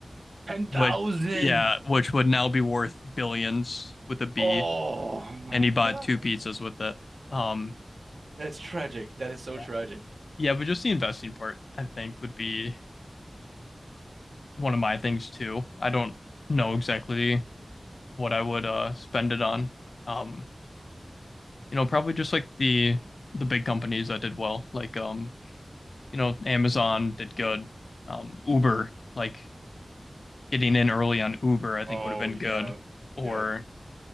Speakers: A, on the right (about 75°); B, on the left (about 80°).
A: 10,000.
B: which, yeah, which would now be worth billions with a B,
A: Oh my
B: and he bought
A: God.
B: two pizzas with it. Um,
A: That's tragic. That is so
B: yeah,
A: tragic.
B: yeah, but just the investing part, I think, would be one of my things too. I don't know exactly what I would uh spend it on. Um, you know, probably just like the the big companies that did well, like um, you know, Amazon did good. Um, Uber, like getting in early on Uber, I think
A: Oh
B: would have been
A: yeah.
B: good, or
A: Yep.